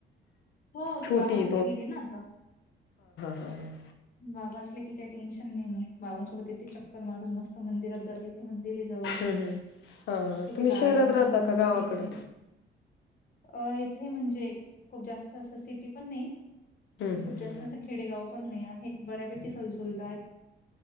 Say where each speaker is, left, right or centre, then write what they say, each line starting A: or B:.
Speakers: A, on the left (about 45°); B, on the left (about 70°).
A: हो
B: छोटी
A: ती बाबांसोबत गेली ना आता
B: हम ह
A: बाबा असले की काही टेन्शन नाही मग बाबांसोबत येथे चक्कर मारून मस्त मंदिरात जाते इथे आहे जवळ
B: हम् हम्म हा ह
A: तिथे
B: तुम्ही
A: गार्डन
B: शहरात
A: पण
B: राहता
A: आहे मग
B: का गावाकड
A: खेळते अ इथे म्हणजे खूप जास्त असं सिटी पण नाही
B: हम्म
A: आणि खूप
B: हम्म
A: जास्त असं खेडेगाव पण नाय हे बऱ्यापैकी सोई सुविधा आहेत